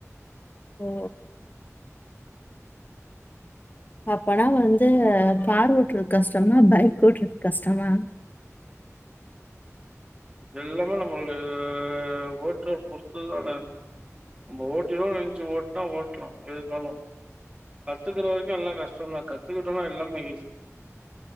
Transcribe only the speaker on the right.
எல்லாமே நம்மளுடய ஓட்ற பொருத்துதானே ஓட்டிருவோ நெனைச்சு ஓட்டுனா ஓட்லா எதிருந்தாலு <unintelligible> கத்துக்கற வரைக்கு எல்லா கஷ்டந்தா கத் த்துக்கிட்டோனா எல்லாமே ஈசி